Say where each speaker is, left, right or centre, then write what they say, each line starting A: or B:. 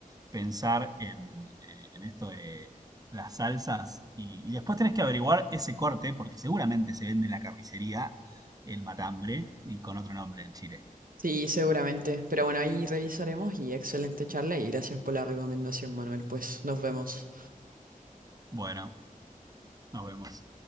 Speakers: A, on the right; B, on the right.
A: pensar en, eh, en esto de las salsas y, y después tenés que averiguar ese corte porque seguramente se vende en la carnicería el matambre y con otro nombre el chile.
B: Sí, seguramente, pero bueno, ahí revisaremos y excelente charla y gracias por la recomendación, Manuel, pues nos vemos.
A: Bueno, nos vemos.